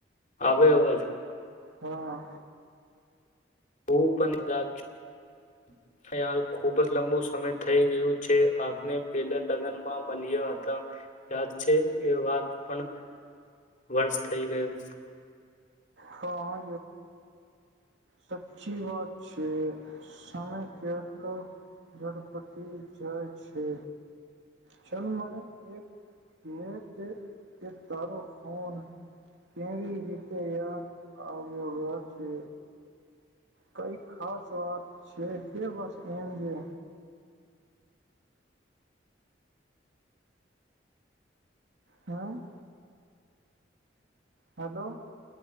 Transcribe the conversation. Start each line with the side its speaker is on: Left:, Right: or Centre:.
Left: આવે અવાજ
Right: હા
Left: હું પણ યાદ છું યાર ખૂબ જ લાંબુ સમય થઈ ગયું છે, આપને પેલા લગ્નમાં મળ્યા હતા યાદ છે, એ વાત પણ વર્ષ થઈ ગયો
Right: હા સાચી વાત છે, સમય કેટલો ધડપટી જાય છે, ચલ મને એક કે તે કે તારો ફોન કેવી રીતે યાદ આવ્યો છે. કઈ ખાસ વાત છે, કે બસ એમ છે. હમ હેલો